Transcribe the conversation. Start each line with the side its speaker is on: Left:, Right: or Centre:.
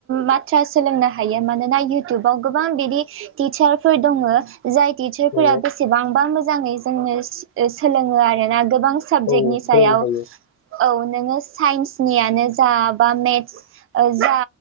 Right: बाथ्रा सोलोंनो हायो मानोना इउटुबाव गोबां बिदि टिचारफोर दङो जाय टिचारफोरा
Left: औ
Right: बेसेबांबा मोजाङै जोंनो सोलोङो आरो ना गोबां साबजेक्टनि
Left: औ
Right: सायाव
Left: फोरोंनो हायो
Right: औ नोङो साइन्सनियानो जा बा मेथ्स जा